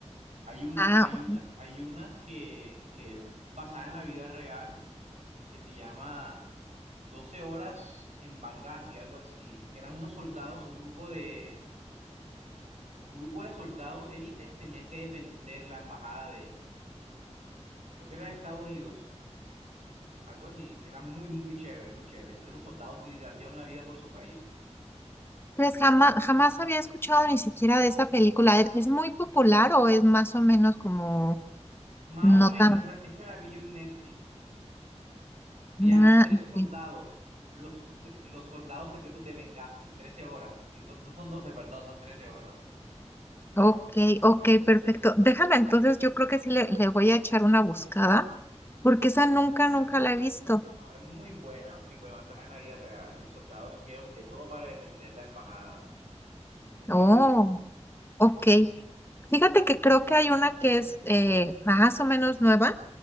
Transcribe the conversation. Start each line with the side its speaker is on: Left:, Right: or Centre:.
Right: Hay una,
Left: Ah,
Right: hay
Left: ok.
Right: una, hay una que, que es basada en la vida real que se llama 12 horas en Benghazi, algo así, que eran unos soldados, un grupo de, un grupo de soldados élite, tenían que defender la embajada creo que era de Estados Unidos, algo así, era muy, muy chévere, muy chévere. Entonces los soldados literal dieron la vida por su país.
Left: Pues jamás, jamás había escuchado ni siquiera de esa película. ¿Es, es muy popular o es más o menos como
Right: Más
Left: No
Right: o menos,
Left: tan.
Right: la- esa la vi yo en Netflix. Se
Left: Ah,
Right: llama 13
Left: ok,
Right: soldados, los, se- los soldados secretos de Benghazi, 13 horas. Eh, do- No son doce perdón, son 13 horas.
Left: ok, ok, perfecto. Déjame entonces, yo creo que sí le, le voy a echar una buscada, porque esa nunca, nunca la he visto.
Right: No, es muy buena, muy buena, basada en la vida real. Los soldados hicieron de todo para defender la embajada estadounidense.
Left: Oh, ok. Fíjate que creo que hay una que es eh, más o menos nueva,